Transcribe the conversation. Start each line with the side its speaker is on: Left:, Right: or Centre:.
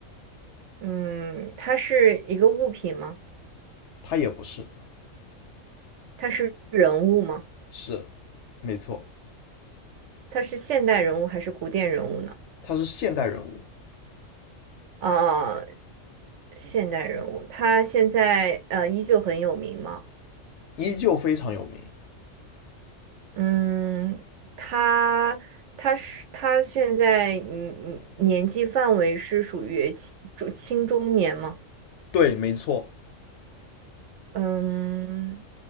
Right: 嗯，它是一个物品吗？
Left: 他也不是，
Right: 它是人物吗？
Left: 是，没错，
Right: 他是现代人物还是古典人物呢？
Left: 他是现代人物，
Right: 啊、现代人物，他现在呃依旧很有名吗？
Left: 依旧非常有名。
Right: 嗯，他他是他现在嗯嗯年纪范围是属于青中青中年吗？
Left: 对，没错。
Right: 嗯，